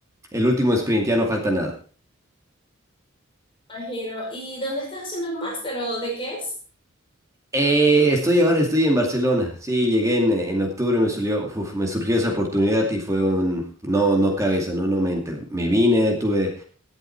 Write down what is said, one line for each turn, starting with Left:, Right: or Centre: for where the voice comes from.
Right: el último sprint, ya no falta nada.
Left: Imagino. ¿Y dónde estás haciendo el máster o de qué es?
Right: Eh, estoy ahora, estoy en Barcelona. Sí, llegué en, eh, en octubre, me surgió, uf, me surgió esa oportunidad y fue un no, no cabeza, no, no mente. Me vine, tuve,